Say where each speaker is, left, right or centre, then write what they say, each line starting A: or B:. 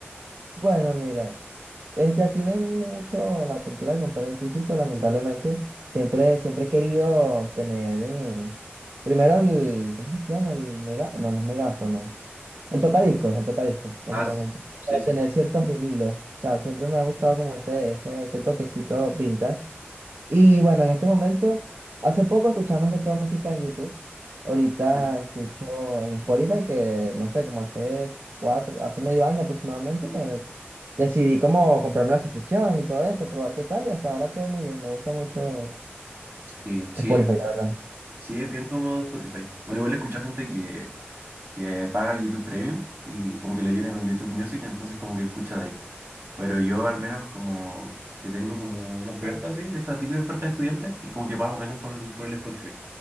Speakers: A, on the right; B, on the right.
A: bueno, mira, este aquí no hay mucho la cultura de comprar en físico, lamentablemente. Siempre, siempre he querido tener mm, primero el, ¿cómo es que se llama? El mega, no, no es megáfono, el tocadiscos, el tocadiscos, básicamente,
B: Ah, sí, sí,
A: para
B: sí.
A: tener ciertos vinilos. O sea, siempre me ha gustado como ese, ese, ese toquecito vintage. Y bueno, en este momento, hace poco escuchaba más que toda música en YouTube. Ahorita
B: sí.
A: escucho en Spotify que, no sé, como hace cuatro, hace medio año aproximadamente, me, me- decidí como comprarme la suscripción y todo eso, probar qué tal y hasta ahora todo muy bien. Me gusta mucho
B: Sí, sí,
A: Spotify, la verdad.
B: Sí, es bien cómodo Spotify. Bueno, igual he escuchado gente que, que paga YouTube Premium y como que le viene con YouTube Music, entonces como que escucha de ahí. Pero yo al menos como que tengo como una oferta así, esta típica oferta de estudiante y como que pago menos por el, por el Spotify.